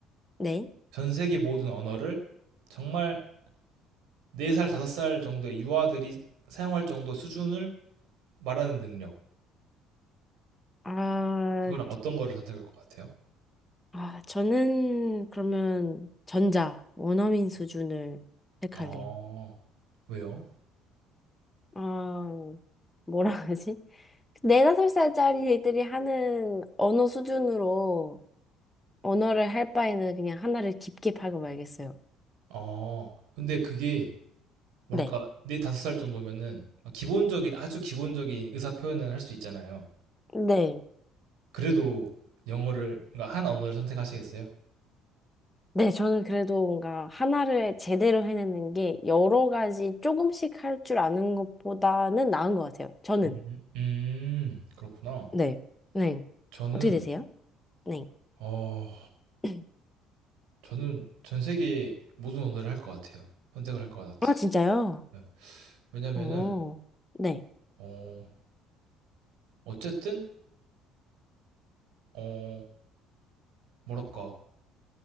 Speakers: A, on the left; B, on the right.
A: 네.
B: 전 세계 모든 언어를 정말 4살, 5살 정도의 유아들이 사용할 정도 수준을 말하는 능력.
A: 아,
B: 그거랑 어떤 거를 선택할 것 같아요?
A: 아, 저는 그러면 전자, 원어민 수준을 택할래요.
B: 어, 왜요?
A: 아, 뭐라 <laughs> 하지? 네다섯 살짜리 애들이 하는 언어 수준으로 언어를 할 바에는 그냥 하나를 깊게 파고 말겠어요.
B: 어, 근데 그게 뭐랄까
A: 네.
B: 네 다섯 살 정도면은 기본적인 아주 기본적인 의사 표현을 할 수 있잖아요.
A: 네.
B: 그래도 영어를 그러니까 한 언어를 선택하시겠어요?
A: 네, 저는 그래도 뭔가 하나를 제대로 해내는 게 여러 가지 조금씩 할 줄 아는 것보다는 나은 것 같아요. 저는.
B: 음, 음, 그렇구나.
A: 네. 네.
B: 저는
A: 어떻게 되세요? 네.
B: 어
A: <clears throat>
B: 저는 전 세계 모든 언어를 할 것 같아요. 선택을 할 것 같아요.
A: 아, 진짜요?
B: 네. 왜냐면은
A: 어. 네.
B: 어 어쨌든 어 뭐랄까